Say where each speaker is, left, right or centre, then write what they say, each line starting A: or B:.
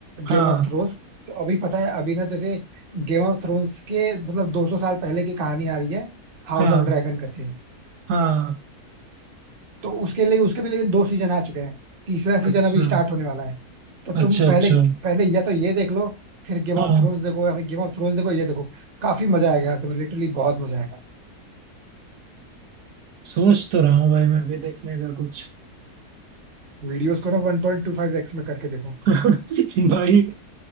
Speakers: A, on the right (about 80°); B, on the right (about 40°).
A: हाँ
B: गेम ऑफ थ्रोन्स तो अभी पता है अभी ना जैसे गेम ऑफ थ्रोन्स के मतलब 200 साल पहले की कहानी आ रही है हाउस
A: हाँ
B: ऑफ ड्रैगन करके
A: हाँ
B: तो उसके लिए उसके भी लेकिन दो सीजन आ चुके हैं तीसरा सीजन
A: अच्छा
B: अभी स्टार्ट होने वाला है तो तुम
A: अच्छा
B: पहले
A: अच्छा
B: पहले या तो ये देख लो फिर गेम
A: हाँ
B: ऑफ थ्रोन्स देखो या फिर गेम ऑफ थ्रोन्स देखो ये देखो काफी मजा आएगा यार तुम्हें लिटरली बहुत मजा आएगा
A: सोच तो रहा हूँ भाई मैं भी देखने का कुछ
B: वीडियोस को ना 1.25x में करके देखो
A: <laughs> भाई